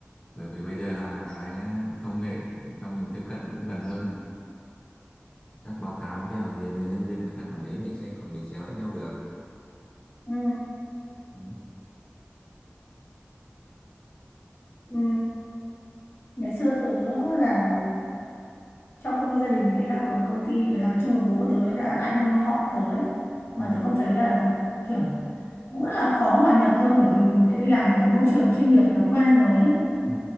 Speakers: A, on the left; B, on the left.
A: bởi vì bây giờ là cái à, công nghệ cho mình tiếp cận cũng gần hơn rồi các báo cáo kèo gì về nhân viên người ta quản lý mình sẽ quản lý chéo lẫn nhau được
B: Ừ.
A: ừ.
B: Ừ. Ngày xưa tớ làm cho công ty gia đình đấy là còn công ty để làm chung với bố tớ đã anh họ tớ ấy mà
A: Ừ.
B: tớ còn thấy là kiểu nó rất là khó hòa nhập thôi bởi vì mình đã đi làm cái môi trường chuyên nghiệp nó quen rồi ấy
A: Ừ.